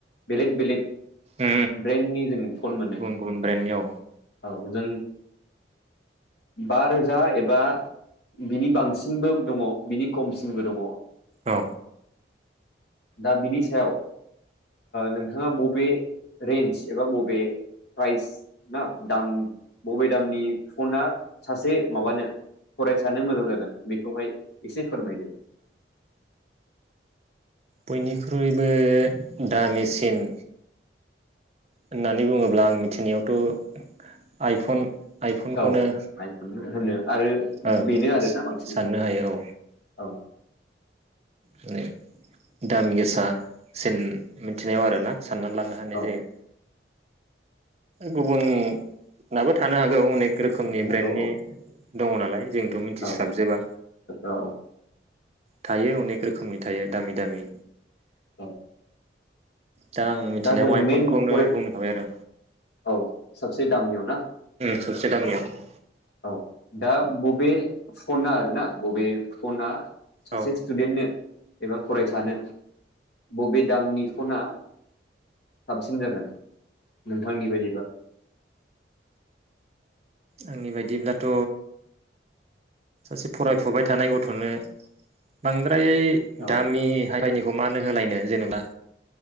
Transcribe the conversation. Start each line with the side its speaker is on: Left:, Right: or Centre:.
Left: बेलेक बेलेक
Right: उम
Left: ब्रेन्डनि जों फन मोनो
Right: गुबुन गुबुन ब्रेन्डनि औ
Left: औ जों बा रोजा एबा बिनि बांसिनबो दङ बिनि खमसिनबो दङ
Right: औ
Left: दा बिनि सायाव नोंथाङा बबे रेन्ज एबा बबे प्राइस ना दाम बबे दामनि फना सासे माबानो फरायसानो मोजां जागोन बेखौहाय एसे फोरमायदो।
Right: बयनिख्रुइबो दिमिसिन होननानै बुङोब्ला आं मिथिनायावथ' आइफन आइफनखौनो
Left: औ औ आइफनबो होनो आरो
Right: औ
Left: बेनो आरोना बांसिन
Right: साननो हायो औ
Left: औ
Right: माने दामि गोसासिन मिथिनायाव आरोना साननानै लानो हानाय
Left: औ
Right: जायो। गुबुन नाबो थानो हागौ अनेक रोखोमनि
Left: नों हागौ
Right: ब्रेन्डनि
Left: औ
Right: दङ नालाय जोंथ' मिथिस्लाबजोबा।
Left: औ औ
Right: थायो अनेख रोखोमनि थायो दामि दामि
Left: औ
Right: दा आं मिथिनायाव
Left: दा जों
Right: आइफनखौनो
Left: मेन फराय
Right: बुंनो हाबाय आरो
Left: औ सबसे दामियाव ना।
Right: सबसे दामियाव
Left: औ दा बबे फना आरोना बबे फना सासे
Right: औ
Left: स्टुडेन्टनो एबा फरायसानो बबे दामनि फना साबसिन जागोन नोंथांनि बायदिबा?
Right: आंनि बायदिब्लाथ' सासे फरायफुबाय थानाय गथ'नो बांद्रा <unintelligible>
Left: औ
Right: दामि हा मानो होलायनो जेनेबा